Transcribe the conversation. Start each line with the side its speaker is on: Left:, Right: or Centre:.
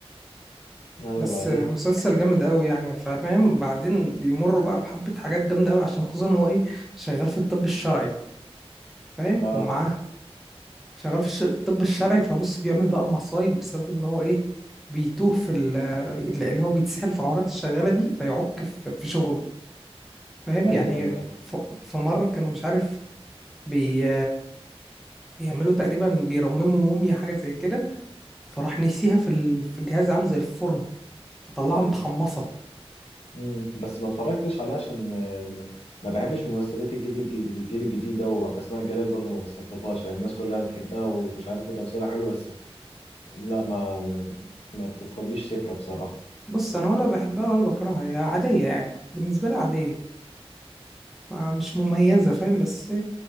Left: ايوه
Centre: بس
Left: بعدين
Centre: مسلسل جامد قوي يعني فا- فاهم بعدين بيمروا بقى بحبه حاجات جامده قوي عشان خصوصا ان هو ايه شغال في الطب الشرعي فاهم
Left: اه
Centre: ومعاه شغال في الش- الطب الشرعي فبص بيعمل بقى مصايب بسبب ان هو ايه بيتوه في ال- اللي هو بيتسحل في عورات الشغالة دي فيعك في في شغله فاهم
Left: ايوه
Centre: يعني
Left: ايوه
Centre: ف- في مرة كانوا مش عارف بي بيعملوا تقريبا بيرمموا موميا حاجة زي كده فراح نسيها في ال... في جهاز عامل زي الفرن فطلعها
Left: ايوه
Centre: متحمصة
Left: امم بس ما اتفرجتش عليه عشان آه، ما ما بحبش ممثلات الجيل الجيل الجيل الجديد ده واسماء جلال برضو ما بستلطفهاش يعني الناس كلها بتحبها ومش عارف وتمثيلها حلو بس لا ما ما بتدخليش سكة بصراحة
Centre: بص أنا ولا بحبها ولا بكرهها هي عادية يعني بالنسبة لي عادية آه، مش مميزة فاهم بس